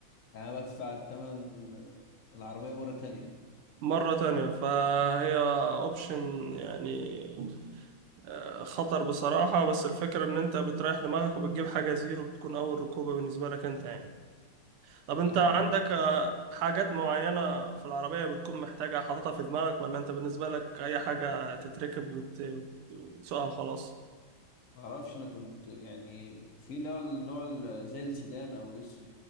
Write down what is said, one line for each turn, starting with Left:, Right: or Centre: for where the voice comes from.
Left: يعني انا بدفع تمن العربية مرة تانية
Right: مرة تانية فهي اوبشن يعني آه، خطر بصراحة بس الفكرة ان انت بتريح دماغك وبتجيب حاجة زيرو بتكون اول ركوبة بالنسبة لك انت يعني طب انت
Left: ايوه
Right: عندك
Left: أيوة.
Right: آه، حاجات معينة في العربية بتكون محتاجة حاططها في دماغك ولا انت بالنسبة لك اي حاجة تتركب وت- وت- وتسوقها وخلاص
Left: ما اعرفش انا كنت يعني في اللي هو النوع ال- زي السيدان او الاس